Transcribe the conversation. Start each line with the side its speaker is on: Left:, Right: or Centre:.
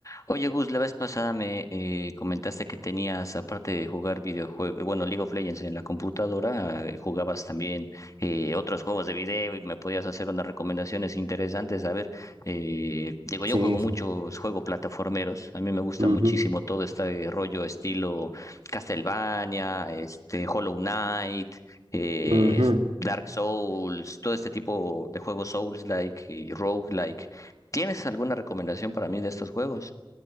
Left: Oye, Gus, la vez pasada me eh, comentaste que tenías, aparte de jugar videojuegos, bueno, League of Legends en la computadora, eh, jugabas también eh, otros juegos de video y me podías hacer unas recomendaciones interesantes. A ver, eh, digo, yo
Right: Sí,
Left: juego muchos
Right: sí.
Left: juegos plataformeros, a mí me gusta
Right: Ujú,
Left: muchísimo todo este rollo estilo Castlevania, este, Hollow Knight. eh,
Right: ujú.
Left: Dark Souls, todo este tipo de juegos Souls-like y Roguelike. ¿Tienes alguna recomendación para mí de estos juegos?